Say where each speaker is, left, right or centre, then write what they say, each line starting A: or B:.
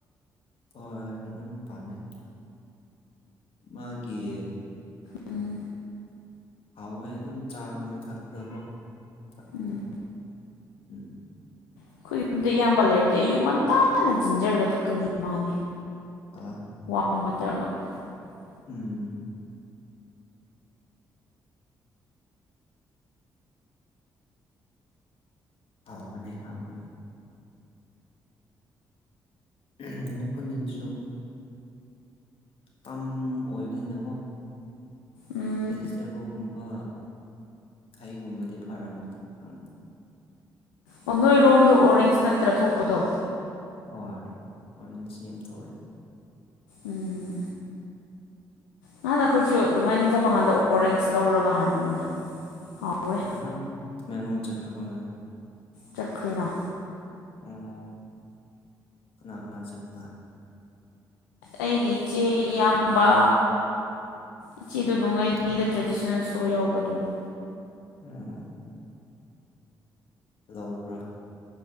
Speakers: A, on the left; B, on the left.
A: ꯍꯣꯏ ꯑꯗꯨꯝ ꯄꯥꯝꯃꯦ ꯃꯥꯒꯤ
B: ꯎꯝ
A: ꯍꯥꯎꯋꯦ ꯑꯗꯨꯝ ꯆꯥꯒꯨꯝꯕ ꯊꯛꯄꯗꯀꯣ ꯊꯛꯄꯗ
B: ꯎꯝ
A: <unintelligible>
B: ꯑꯩꯈꯣꯏ ꯌꯨꯝꯗ ꯏꯌꯥꯝꯕ ꯂꯩꯔꯗꯤ ꯑꯌꯨꯛ ꯉꯟꯇꯥꯅ ꯖꯟꯖꯔꯒ ꯊꯛꯀꯅꯤ ꯃꯥꯅꯤ
A: ꯑꯥ
B: <unintelligible>
A: ꯎꯝ ꯍꯥꯎꯕꯅꯦ ꯍꯥꯎꯕꯅꯦ ꯑꯩ ꯈꯣꯟꯟꯖꯤꯟꯁꯨ ꯀꯝ ꯑꯣꯏꯕꯅꯤꯅꯀꯣ
B: ꯎꯝ
A: ꯚꯦꯖꯤꯇꯦꯕꯜꯒꯨꯝꯕ ꯍꯩꯒꯨꯝꯕꯗꯤ ꯐꯔꯝꯃꯣꯏꯅꯤ ꯈꯪꯉꯤ
B: ꯑꯣ ꯅꯣꯏꯔꯣꯝꯗ ꯑꯣꯔꯦꯡꯁ ꯅꯠꯇ꯭ꯔ ꯊꯣꯛꯄꯗꯣ
A: ꯍꯣꯏ ꯑꯣꯔꯦꯟꯖ ꯌꯥꯝ ꯊꯣꯛꯑꯦ
B: ꯎꯝ ꯅꯍꯥꯟ ꯑꯩꯈꯣꯏꯁꯨ ꯂꯣꯡꯉꯥꯏꯅꯤ ꯆꯠꯄ ꯀꯥꯟꯗ ꯑꯣꯔꯦꯡꯁ ꯂꯧꯔꯒ ꯍꯟꯕꯅꯤ ꯍꯥꯎꯋꯦ
A: ꯎꯝ ꯇꯃꯦꯡꯂꯣꯡ ꯆꯠꯈꯔꯕ ꯅꯪ
B: ꯆꯈꯔꯦꯅꯥ
A: ꯑꯣ ꯀꯅꯥ ꯀꯅꯥ ꯆꯠꯄ
B: ꯑꯩꯒꯤ ꯏꯆꯦ ꯏꯌꯥꯝꯕ ꯏꯆꯦꯗꯨ ꯂꯨꯡꯉꯥꯏꯅꯤ
A: ꯎꯝ
B: ꯇ꯭ꯔꯦꯗꯤꯁꯅꯦꯜ ꯁꯣ ꯌꯥꯎꯕꯗꯨꯒꯤ
A: ꯑꯣ ꯂꯧꯕ꯭ꯔꯥ